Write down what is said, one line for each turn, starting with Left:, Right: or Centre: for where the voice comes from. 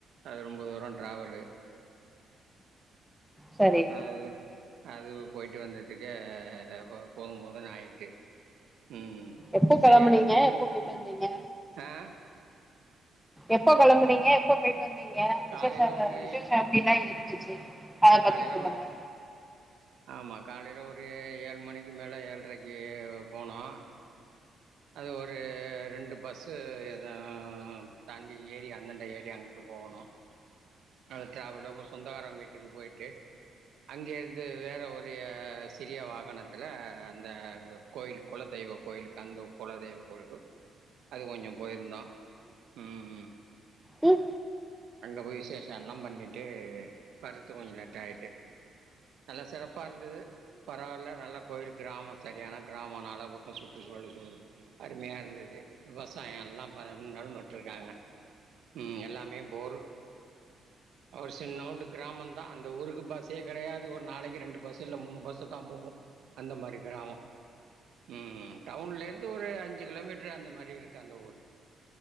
Right: அது ரொம்ப தூரோ ட்ராவலு
Centre: சரி
Right: அது அது போய்ட்டு வந்ததுக்கே போது போதுன் ஆய்ட்டு ம்
Centre: எப்ப
Right: சரியான
Centre: கெளம்புனீங்க
Right: வெயிலு
Centre: எப்ப பேய்ட்டு வந்தீங்க
Right: ஆ
Centre: எப்போ கிளம்புனீங்க எப்ப போயிட்டு வந்தீங்க விசேஷங்கள்
Right: காலையில ஒரு
Centre: விசேஷம் எப்டிலா இருந்துச்சு அத
Right: காலைல
Centre: பத்தி சொல்லுங்க
Right: ஒரு ஆமா காலையில ஒரு ஏழு மணிக்கு மேலே ஏல்ரைக்கு போனோ அது ஒரு ரெண்டு பஸ்ஸு எத தாண்டி ஏரி அந்தாண்ட ஏரி அங்குட்டு போகணும் அந்த டிராவலு சொந்தகாரவங்க வீட்டுக்கு போய்ட்டு அங்கே இரு ந்து இது வேற ஒருய சிறிய வா ணத்துல அந்த கோயிலு குல தெய்வ கோயிலுக்கு அந்தோ கொலதெய்வ கோயில்க்கு அது கொஞ்சோ போய்ருந்தோ ம்
Centre: ம்
Right: அங்க போய் விசேஷோல்லா பண்ணிட்டு வர்றதுக்கு கொஞ்சோ லேட் ஆய்ட்டு நல்ல சிறப்பா இருந்தது பரவால்ல நல்லா கோயில் கிராமோ சரியான கிராமோ நாலா பக்கோ சுற்றுச்சூழலுக்கு அருமையா இருந்தது விவசாயோ எல்லா பன்ன நடவுநட்ருக்காங்க ம் எல்லாமே போரூர் ஒரு சின்னோண்டு கிராமந்தா அந்த ஊருக்கு பஸ்ஸே கெடையாது ஒரு நாளைக்கி ரெண்டு பஸ்சு இல்ல மூணு பஸ்சு தா போவு அந்த மாரி க்ராமோ ம் டவுன்லேந்து ஒரு அஞ்சு கிலோமீட்ரு அந்த மாரி இருக்கு அந்த ஊரு